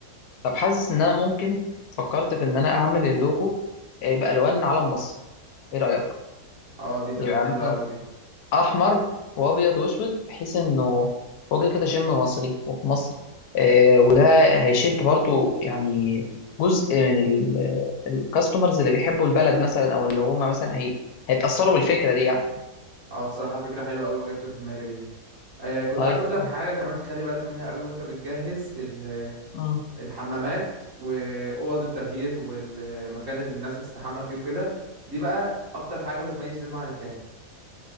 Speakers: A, on the left; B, on the right.
A: طب حاسس ان انا ممكن فكرت في ان انا اعمل اللوجو آه، بالوان علم مصر ايه رايك
B: اه دي تبقى
A: يبقى
B: حلوة
A: مثلا
B: قوي دي
A: احمر وابيض واسود بحيث انه وجه كده شم مصري وفي مصر آه، وده هيشد برضو يعني جزء من الكاستمرز اللي بيحبوا البلد مثلا او اللي هم مثلا هي هيتاثروا بالفكره دي يعني
B: اه الصراحة فكرة حلوة قوي ما جاتش في دماغي دي آه كنت
A: طيب
B: عايز اقول لك
A: آه.
B: حاجة كمان تخلي بالك منها قوي وانت بتجهز ال-
A: مم.
B: الحمامات واوض التغيير والمكان اللي الناس هتستحمى فيه وكده دي بقى اكتر حاجة بتميز جيم عن التاني